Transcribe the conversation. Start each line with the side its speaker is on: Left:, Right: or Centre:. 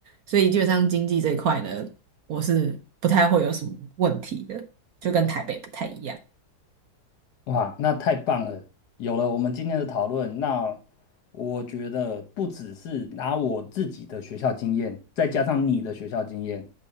Right: 所以基本上经济这一块呢，我是不太会有什么问题的，就跟台北不太一样。
Left: 哇，那太棒了！有了我们今天的讨论，那我觉得不只是拿我自己的学校经验，再加上你的学校经验，